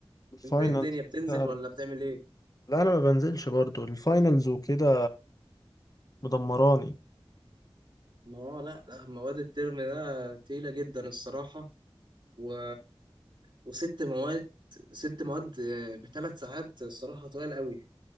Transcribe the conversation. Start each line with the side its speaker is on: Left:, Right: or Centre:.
Left: الفاينلز
Right: انت ايه الدنيا بتنزل
Left: لا
Right: ولا بتعمل ايه
Left: لا، انا ما بنزلش برضو الفاينلز وكده مدمراني
Right: ما هو لا لا مواد الترم ده تقيله جدا الصراحه و... وست مواد ست مواد بثلاث ساعات الصراحه طويل قوي